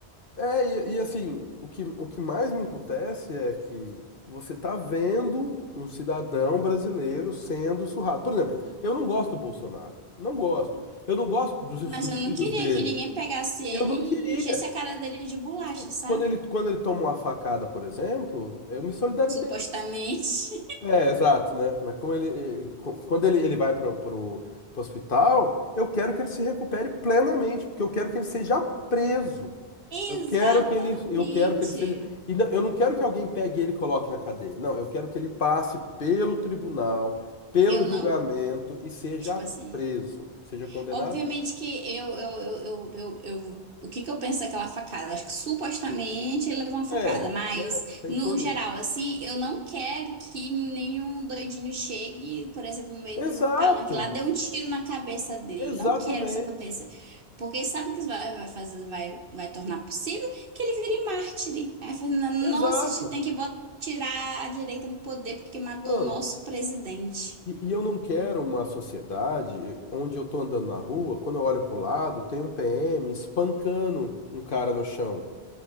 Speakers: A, on the left; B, on the right.
A: É, e, e assim, o que, o que mais me emputece é que você tá vendo um cidadão brasileiro sendo surrado. Por exemplo, eu não gosto do Bolsonaro. Não gosto. Eu não gosto dos,
B: Mas
A: dos
B: eu não
A: filhos
B: queria
A: dele.
B: que ninguém pegasse ele
A: Eu não
B: e
A: queria.
B: enchesse a cara dele de bolacha,
A: Assim,
B: sabe?
A: quando ele, quando ele toma uma facada, por exemplo, eu me solidarizei,
B: Supostamente.
A: É, exato, né? Mas como ele, ele- co- quando ele, ele vai para o hospital, eu quero que ele se recupere plenamente, porque eu quero que ele seja preso.
B: <laughs>
A: Eu quero
B: Exatamente.
A: que ele, eu quero que ele seja. E não- eu não quero que alguém pegue ele e coloque na cadeia. Não, eu quero que ele passe pelo tribunal, pelo
B: Eu
A: julgamento
B: não
A: e seja
B: Tipo assim.
A: preso, seja condenado.
B: Obviamente que eu, eu, eu, eu, eu, eu- o que que eu penso daquela facada? Acho que supostamente ele levou uma facada,
A: É,
B: mas
A: né? Tem
B: no
A: tudo
B: geral,
A: isso.
B: assim, eu não quero que nenhum doidinho chegue, por exemplo, no meio do
A: Exato,
B: palanque lá, dê um tiro na cabeça dele.
A: exatamente,
B: Não quero que isso aconteça. Porque sabe o que isso vai, vai fazer, vai, vai tornar possível? Que ele vire mártire. Aí, fala, nossa,
A: exato.
B: a gente tem que bot- tirar a direita do poder porque matou
A: Mano.
B: o nosso presidente.
A: E, e eu não quero uma sociedade eh, onde eu tô andando na rua, quando eu olho pro lado, tem um PM espancando um cara no chão.